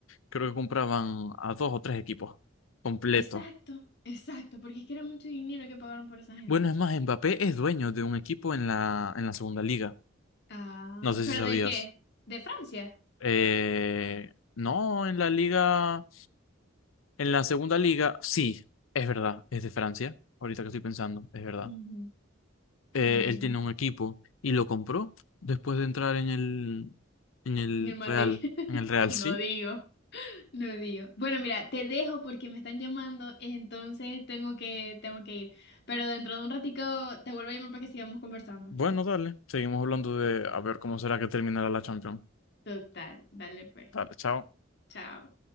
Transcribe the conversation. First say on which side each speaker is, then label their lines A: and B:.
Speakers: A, on the left; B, on the left.
A: creo que compraban a dos o tres equipos completos.
B: Exacto, exacto, porque es que era mucho dinero que pagaron por esa gente.
A: Bueno, es más, Mbappé es dueño de un equipo en la, en la segunda liga.
B: Ah,
A: No sé
B: ¿pero
A: si sabías.
B: de qué? ¿De Francia?
A: Eh, no, en la liga, en la segunda liga, sí, es verdad, es de Francia. Ahorita que estoy pensando, es verdad.
B: Ujú.
A: eh,
B: Mm,
A: él tiene un equipo y lo compró después de entrar en el, en el
B: En el Madrid,
A: Real,
B: <laughs>
A: en el Real,
B: no
A: sí.
B: digo. No digo. Bueno, mira, te dejo porque me están llamando, entonces tengo que, tengo que ir. Pero dentro de un ratico te vuelvo a llamar para que sigamos conversando.
A: Bueno, dale, seguimos hablando de a ver cómo será que terminará la Champions.
B: Total, dale pues.
A: Dale, chao.
B: Chao.